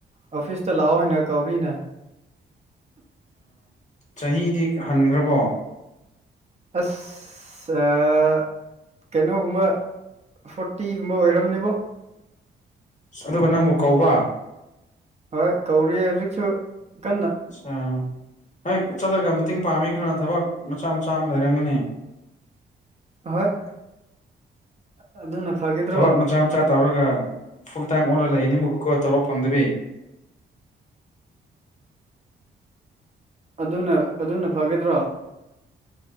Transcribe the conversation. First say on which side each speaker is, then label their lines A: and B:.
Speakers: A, on the right; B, on the left.
A: ꯑꯣꯐꯤꯁꯇ ꯂꯥꯛꯑꯣ ꯍꯥꯏꯅ ꯀꯧꯔꯤꯅꯦ
B: ꯆꯍꯤꯗꯤ ꯍꯟꯈ꯭ꯔꯕꯣ
A: ꯑꯁ ꯑ ꯀꯩꯅꯣꯒꯨꯝꯕ ꯐꯣꯔꯇꯤꯒꯨꯝꯕ ꯑꯣꯏꯔꯝꯅꯦꯕꯣ
B: ꯑꯁ ꯑꯗꯨꯒ ꯅꯪꯕꯨ ꯀꯧꯕ
A: ꯍꯣꯏ ꯀꯧꯔꯤꯌꯦ ꯍꯧꯖꯤꯛꯁꯨ ꯀꯟꯅ
B: ꯑ ꯍꯦꯛ ꯆꯠꯂꯒ ꯃꯇꯦꯡ ꯄꯥꯡꯕꯤ ꯈ꯭ꯔꯣꯅ ꯊꯕꯛ ꯃꯆꯥ ꯃꯆꯥ ꯑꯃ ꯂꯩꯔꯝꯒꯅꯤ
A: ꯍꯣꯏ ꯑꯗꯨꯅ ꯐꯒꯗ꯭ꯔꯣ
B: ꯊꯕꯛ ꯃꯆꯥ ꯃꯆꯥ ꯇꯧꯔꯒ ꯐꯨꯜ ꯇꯥꯏꯝ ꯑꯣꯜꯂꯒ ꯂꯩꯅꯤ ꯃꯨꯛꯀ ꯀꯣ ꯇꯣꯂꯣꯞ ꯐꯪꯗꯕꯤ <inaudible>
A: ꯑꯗꯨꯅ ꯑꯗꯨꯅ ꯐꯒꯗ꯭ꯔꯣ